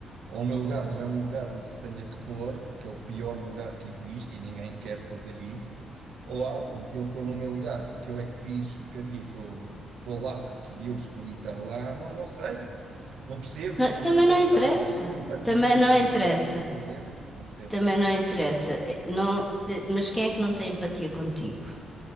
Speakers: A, on the right (about 65°); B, in the centre.
A: ou o meu lugar não é um lugar onde se tenha que pôr, porque é o pior lugar que existe e ninguém quer fazer isso, ou acham que eu estou no meu lugar porque eu é que fiz porcaria e estou estou lá porque eu escolhi estar lá, não, não sei. Não percebo
B: Não, também
A: onde
B: não
A: é que
B: interessa.
A: está a falta de empatia
B: Também não
A: comigo,
B: interessa.
A: com os meus problemas. Não percebo.
B: Também não interessa. Eh, Não, eh, mas quem é que não tem empatia contigo?